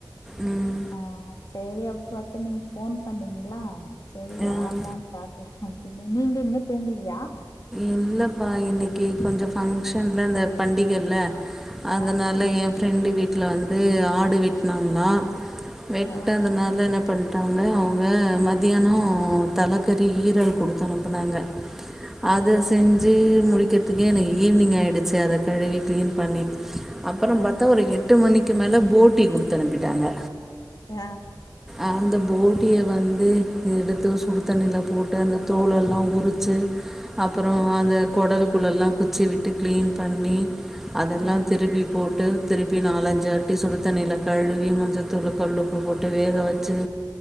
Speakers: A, in the centre; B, on the left.
A: ம்
B: ஆ சேரி அப்பபாத்து நீங்க ஃபோன் பண்ணீங்களா சரி
A: ஆ
B: யார்தான்னு பாக்கலா அப்டின்னு நீங்க இன்னு தூங்கலியா
A: இல்லப்பா இன்னக்கி கொஞ்ச ஃபங்க்ஷன்ல இந்த பண்டிகையில்ல அதனால
B: ஆமா
A: ஏ ஃப்ரெண்டு வீட்ல வந்து ஆடு வெட்னாங்களா வெட்டதுனால
B: ஆ
A: என்ன பண்ணிட்டாங்க அவுங்க மதியானோ தலக்கறி ஈரல் குடுத்து அனுப்புனாங்க அத
B: ஓ
A: செஞ்சி
B: சரி
A: முடிக்கிறதுக்கே எனக்கு ஈவினிங் ஆயிடுச்சி அத கழுவி க்ளீன் பண்ணி அப்பறோ
B: ஆ
A: பாத்தா ஒரு எட்டு மணிக்கி மேல போட்டி குடுத்து அனுப்பிட்டாங்க
B: ஆ
A: அந்த போட்டிய வந்து எடுத்து சுடு தண்ணில போட்டு அந்த தோலெல்லா உருச்சி அப்பறோ அந்த குடல்க்குள்ளலா குச்சிய விட்டு க்ளீன் பண்ணி அதெல்லா
B: ஆ
A: திருப்பி போட்டு திருப்பி நாலஞ்சி வாட்டி சுடுதண்ணில கழுவி மஞ்சத்தூள் கல்லுப்பு போட்டு வேக வச்சு